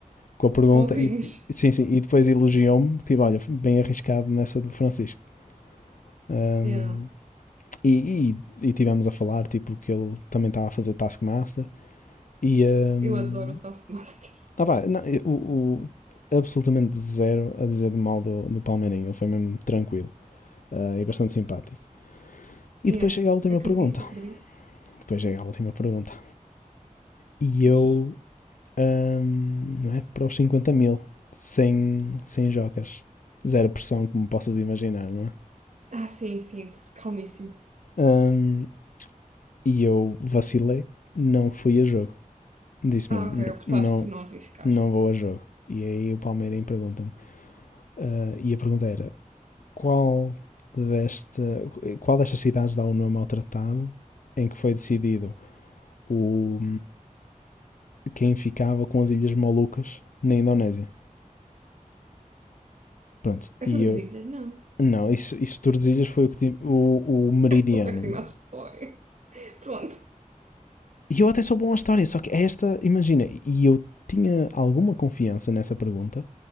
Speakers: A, on the left; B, on the right.
A: com a pergunta.
B: Mãozinhos.
A: E, sim, sim, e depois elogiou-me, tipo, olha, bem arriscado nessa do Francisco. Ahm,
B: Yeah.
A: e, e, e tivemos a falar, tipo, que ele também estava a fazer o Taskmaster E hum,
B: Eu adoro o Taskmaster.
A: ah, pá, não, eu- o, o- absolutamente zero a dizer de mal do, do Palmeirinho. Ele foi mesmo tranquilo ah, e bastante simpático. E
B: Yeah.
A: depois chega a última
B: Acredito,
A: pergunta.
B: acredito.
A: Depois chega a última pergunta. E
B: Ai.
A: eu, hum, não é? Para os 50 mil, sem, sem jocas. Zero pressão, como possas imaginar, não é?
B: Ah, sim, sim, calmíssimo.
A: Hum, e eu vacilei, não fui a jogo. Disse
B: Ah,
A: mesmo,
B: ok,
A: "N-
B: optaste
A: não,
B: por não arriscar.
A: não vou a jogo. E aí o Palmeirinho pergunta-me. ah, e a pergunta era: Qual desta, qual destas cidades dá o nome ao tratado em que foi decidido o, quem ficava com as Ilhas Molucas na Indonésia? Pronto,
B: É
A: e
B: Tordesilhas?
A: eu.
B: Não.
A: Não, isso, isso Tordesilhas foi o, que, o, o meridiano.
B: Sou péssima à história. Pronto.
A: E eu até sou bom à história, só que é esta, imagina, e eu tinha alguma confiança nessa pergunta,